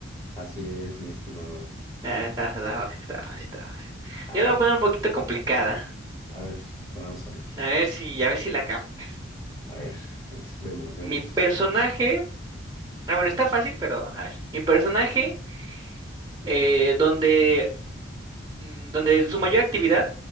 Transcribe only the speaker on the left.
Así es, mi estimado.
A
ver,
a ver, vamos a ver.
A ver, es- vemos, vemos.